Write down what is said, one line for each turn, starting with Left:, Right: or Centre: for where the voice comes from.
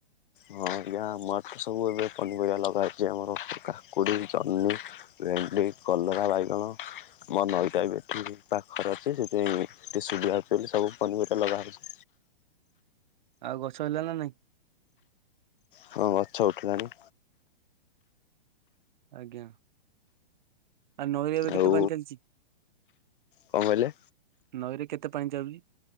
Left: ହଁ ଆଜ୍ଞା ଆମର ତ ସବୁ ଏବେ ପନିପରିବା ଲଗାହଉଛି ଆମର କାକୁଡ଼ି ଜହ୍ନି ଭେଣ୍ଡି। କଲରା ବାଇଗଣ ଆମ ନଈ
Right: ଆଜ୍ଞା
Left: ଟା ବି ଏଠି ପାଖରେ ଅଛି ସେଥିପାଇଁ। ଟିକେ ସୁିବିଧା ହଉଚି ବୋଲି ସବୁ ପନିପରିବା ଲଗା ହଉଛି।
Right: ଆଉ ଗଛ ହେଲା ନା ନାଇଁ।
Left: ହଁ ଗଛ ଉଠିଲାଣି।
Right: ଆଜ୍ଞା ଆଉ ନଈରେ ଏବେ
Left: ଆଉ
Right: କେତେ ପାଣି ଚାଲିଚି?
Left: କଣ କହିଲେ?
Right: ନଈରେ କେତେ ପାଣି ଚାଲୁଚି।